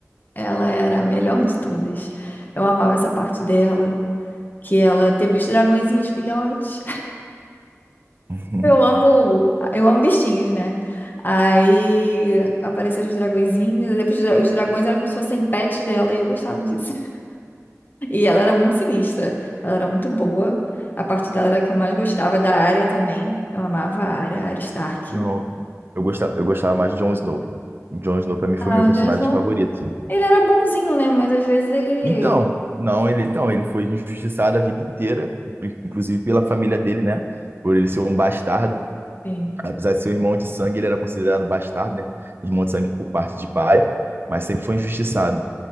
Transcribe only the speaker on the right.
<laughs>
Não, eu gostava, eu gostava mais de Jon Snow. Jon Snow pra mim foi
meu personagem
favorito.
Então, não, ele então, ele foi injustiçado a vida inteira, inclu- inclusive pela família dele, né? Por ele ser um bastardo,
apesar de ser um irmão de sangue, ele era considerado bastardo, né? Irmão de sangue por parte de pai, mas sempre foi injustiçado.